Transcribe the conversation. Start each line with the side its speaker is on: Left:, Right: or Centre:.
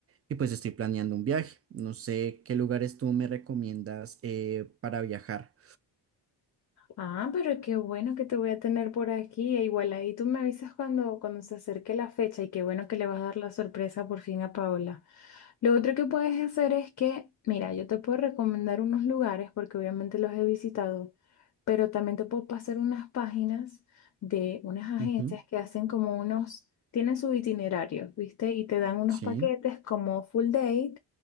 Right: Y pues estoy planeando un viaje. No sé qué lugares tú me recomiendas eh, para viajar.
Left: Ah, pero qué bueno que te voy a tener por aquí. E Igual ahí tú me avisas cuando, cuando se acerque la fecha y qué bueno que le vas a dar la sorpresa por fin a Paola. Lo otro que puedes hacer es que, mira, yo te puedo recomendar unos lugares porque obviamente los he visitado, pero también te puedo pasar unas páginas de unas agencias
Right: Ujú,
Left: que hacen como unos, tienen su itinerario, ¿viste? Y te dan unos
Right: Sí,
Left: paquetes como full date,